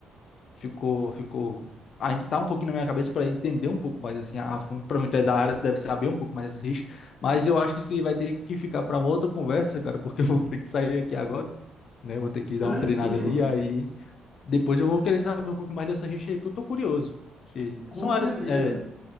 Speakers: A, on the left (about 60°); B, on the left (about 40°).
A: ficou, ficou. Ainda tá um pouquinho na minha cabeça para entender um pouco mais assim a fundo. Para mim, tu é da área, tu deve saber um pouco mais desse risco. Mas eu acho que isso aí vai ter que ficar para uma outra conversa, cara, porque eu vou ter que sair aqui agora, né? Vou ter que dar
B: Tranquilo,
A: uma treinada ali. Aí depois eu vou querer saber um pouco mais dessa rixa aí, porque eu tô curioso. Que
B: com
A: São
B: certeza.
A: áreas é,